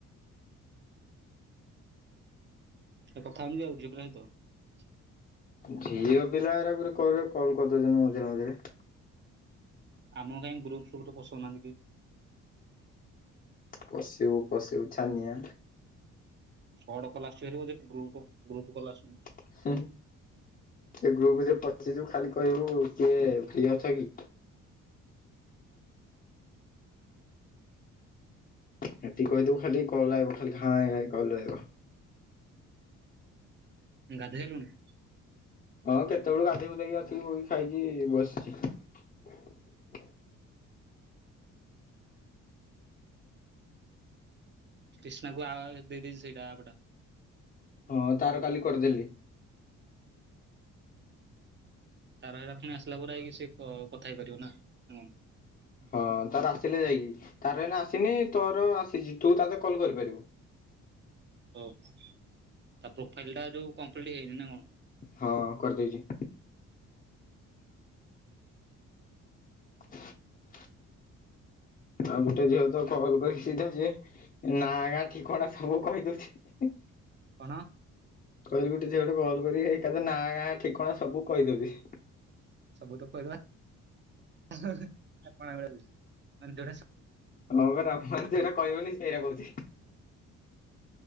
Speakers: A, on the right (about 35°); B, on the left (about 30°).
A: ଏ କଥା ହେମି ଯେ ଆଉ ଝିଅ ପିଲାଙ୍କ ସହିତ?
B: ଝିଅ ପିଲା ଏରା ଗୁରେ କର କଲ୍ କରିଦଉଛନ୍ତି ମଝିରେ ମଝିରେ।
A: ଆମକୁ କାଇଁ ଗ୍ରୁପ୍ ଫ୍ରୁପ୍ ରେ ପଶଉନାଆନ୍ତି କେଇ?
B: ପଶିବୁ ପଶିବୁ ଛାନିଆ
A: ସଟ୍ କଲ୍ ଆସୁଚି ବୋଲି ଗ୍ରୁପ୍ ଗ୍ରୁପ୍ କଲ୍ ଆସୁନି।
B: <inaudible> ସେ ଯୋଉ ଖାଲି କହିବୁ କିଏ ଫ୍ରି ଅଛ କି? ଏତିକି କହିଦବୁ ଖାଲି କଲ୍ ଆଇବ ଖାଲି ଘାଇ ଘାଇ କଲ୍ ଆଇବ।
A: ଗାଧେଇଲୁନି?
B: ହଁ କେତେବେଳକୁ ଗାଧୋଇ ଗୁଧେଇକି ଆସିକି ଖାଇକି ବସିଚି।
A: କ୍ରିଷ୍ଣା କୁ ଆ ଦେଇଦେଇଛି ସେଇଟା ଅପ୍ ଟା।
B: ହଁ ତାର କାଲି କରିଦେଲି।
A: ତାର ହେରା ପୁଣି ଆସିଲା ପରେ ହେଇକି ସେ କଥା ହେଇପାରିବ ନା ହଁ।
B: ହଁ ତାର ଆସିଲେ ଯାଇକି ତାର ଏଇନା ଆସିନି ତୋର ଆସିଛି ତୁ ତାକୁ କଲ୍ କରିପାରିବୁ।
A: ଓହୋ ତା ପ୍ରୋଫାଇଲ୍ ଟା ଯୋଉ କମ୍ପ୍ଲିଟ ହେଇନି ନା କଣ?
B: ହଁ କରିଦେଇଛି। <inaudible> ଆଉ ଗୋଟେ ଝିଅତ
A: ଆଉ
B: କଲ୍ କରିକି ସିଧା ସିଏ ନା ନା ଗାଁ ଠିକଣା ସବୁ କହିଦଉଛି।
A: କଣ?
B: କହିଲି ଗୋଟେ ଝିଅ ଗୋଟେ କଲ୍ କରିକି ଏକାଥରେ ନାଁ ଗାଁ ଠିକଣା ସବୁ କହିଦେଉଛି?
A: ସବୁ ତ କହିଦବା ମାଗଣା ପଇସା ମାନେ ଯୋଉରା ସ
B: ହପରା ମାନେ ଯୋଉରା କଇବନି ସେଇରା କୋଉଚି।